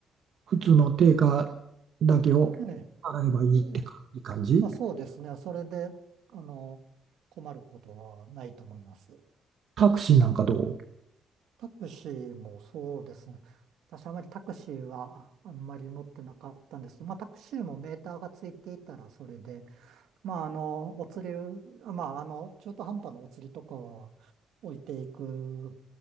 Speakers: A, on the right; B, on the right.
A: 普通の定価だけを
B: ええ、
A: 払えばいいってかいい感じ
B: ええまあそうですね。それで、あの、困ることはないと思います。
A: タクシーなんかどう
B: タクシーもそうですね。私あまりタクシーはあんまり乗ってなかったんです。まあタクシーもメーターがついていたらそれで、まああの、お釣り、まああの、中途半端なお釣りとかは置いていく